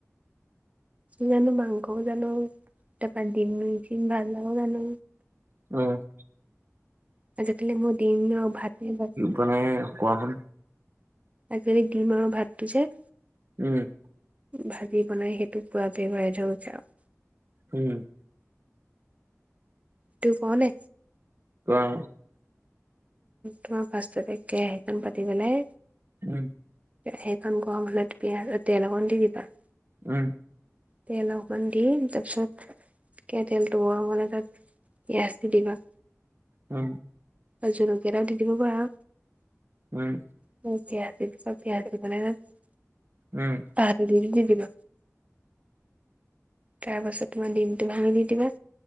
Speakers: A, on the right; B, on the right.
A: জানো মাংসও জানো, তাপা দিম চিম ভাজিবও জানো।
B: উম।
A: <unintelligible>
B: মানে কোৱাহোন।
A: আবেলি দিম আৰু ভাততো যে।
B: উম।
A: ভাজি বনাই সেইটোক পুৰা <unintelligible>
B: উম।
A: তো কওঁনে।
B: কোৱা?
A: তোমাৰ ফাৰ্ষ্টতে কেৰাহীখন পাতি পেলাই।
B: উম।
A: সেইকখন গৰম হ'লে পিয়াজ অ, তেল অকণ দি দিবা। -
B: উম।
A: তেল অকমান দি তাৰপিছত, তেলটো গৰম হলে তাত পিয়াজ দি দিবা।
B: উম।
A: আৰু জলকীয়া এটাও দি দিব পাৰা।
B: উম।
A: <unintelligible>
B: উম।
A: হালধি দি দিবা তাৰ পাছত তোমাৰ দিমটো ভাঙি দি দিবা।